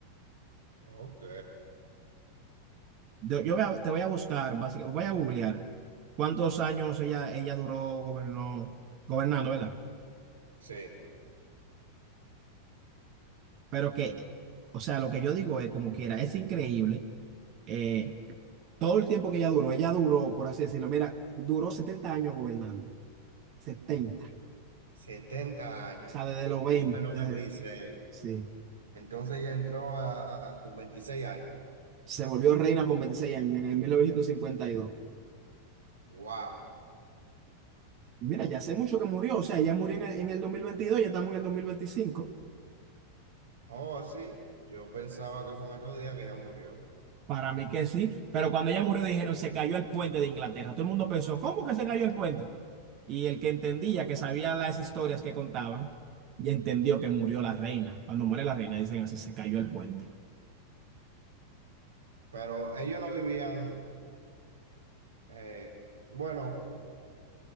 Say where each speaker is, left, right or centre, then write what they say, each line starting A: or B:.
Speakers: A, on the right; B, on the right.
A: Ok,
B: Yo, yo voy a- te voy a buscar, básicamente, voy a googlear cuántos años ella, ella duró gobernó, gobernando, ¿verdad?
A: sí,
B: Pero que, o sea, lo que yo digo es como quiera, es increíble. eh, todo el tiempo que ella duró, ella duró, por así decirlo, mira, duró 70 años gobernando, setenta
A: 70 años
B: o sea, desde
A: y
B: los
A: murió
B: 20
A: en noventa
B: de-
A: y seis
B: sí,
A: Entonces ya entró a- a- con 26 años.
B: se volvió reina con 26 años en el mil novecientos cincuenta y dos
A: Wow.
B: Y mira, ya hace mucho que murió, o sea, ella murió en el, en el dos mil veintidós ya estamos en el 2025.
A: Oh, sí, yo pensaba que fue un otro día que ya murió,
B: Para mí que sí, pero cuando ella murió dijeron se cayó el puente de Inglaterra. Todo el mundo pensó, ¿cómo que se cayó el puente? Y el que entendía, que sabía las historias que contaban, y entendió que murió la reina. Cuando muere la reina dicen así, se cayó el puente.
A: pero ellos no vivían, eh, bueno,